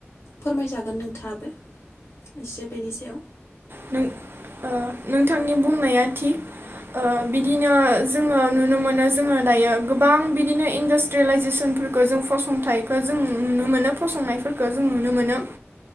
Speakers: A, on the left; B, on the right.
A: फोरमायजागोन नोंथाङाबो एसे बेनि सायाव
B: नों ओ, नोंथांनि बुंनाया थिग ओ बिदिनो जोङो नुनो मोनो जों दायो गोबां इन्डास्ट्रियेलाइजेसनफोरखौ जों फसंथाइखौ जों नुनो मोनो फसंनायफोरखौ जों नुनो मोनो